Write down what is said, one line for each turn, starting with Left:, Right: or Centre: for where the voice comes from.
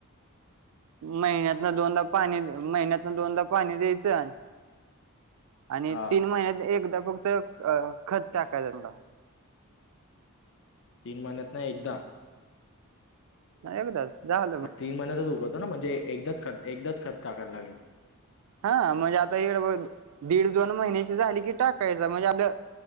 Right: महिन्यान दोनदा पाणी महिन्यातन दोनदा पाणी द्यायचं आणि
Left: हा
Right: तीन महिन्यात एकदा फक्त अ खत टाकायच त्यांना
Left: तीन महिन्यातन एकदा
Right: हा एकदाच झालं. मग
Left: पण तीन महिन्यातच उगवत ना म्हणजे एकदाच खत एकदाच खत टाकायला लागेल?
Right: हा म्हणजे आता इकडे बघ दीड-दोन महिन्याची झाली की टाकायच. म्हणजे आपलं